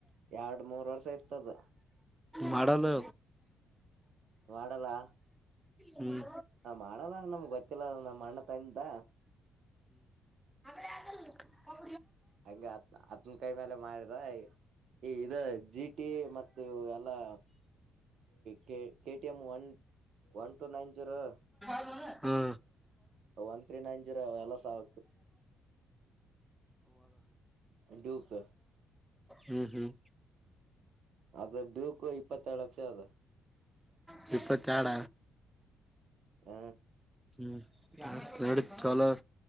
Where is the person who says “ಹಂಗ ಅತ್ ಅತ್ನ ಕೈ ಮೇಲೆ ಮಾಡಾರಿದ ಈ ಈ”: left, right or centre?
Right